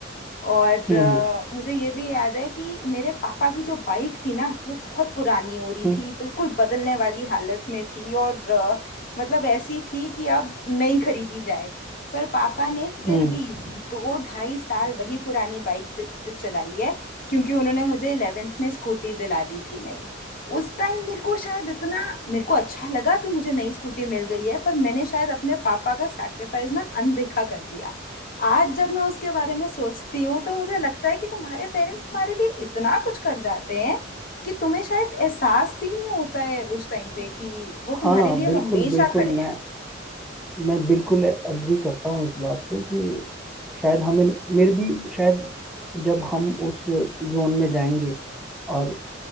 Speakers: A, on the left; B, in the centre.
A: और
B: हम्म
A: अ, मुझे ये भी याद है कि मेरे पापा की जो बाइक थी ना वो बहुत पुरानी हो रही
B: हम्म
A: थी बिल्कुल बदलने वाली हालत में थी और अ, मतलब ऐसी थी कि अब नहीं खरीदी जाए पर पापा ने फिर
B: हम्म
A: भी
B: हम्म।
A: दो ढाई साल वही पुरानी बाइक द- द- चलाई है क्योंकि उन्होंने मुझे 11th में स्कूटी दिला दी थी नई उस टाइम मेरे को शायद इतना मेरे को अच्छा लगा कि मुझे नई स्कूटी मिल गई है पर मैंने शायद अपने पापा का सैक्रिफाइस ना अनदेखा कर दिया आज जब मैं उसके बारे में सोचती हूँ तो मुझे लगता है कि तुम्हारे पेरेंट्स तुम्हारे लिए इतना कुछ कर जाते हैं कि तुम्हें शायद एहसास भी नहीं होता है उस टाइम पे कि वो
B: हाँ
A: तुम्हारे लिए
B: बिल्कुल
A: हमेशा
B: बिल्कुल
A: खड़े हैं
B: मैं मैं बिल्कुल अग्री करता हूँ इस बात से कि शायद हमें मेरे भी शायद जब हम उस जोन में जाएंगे और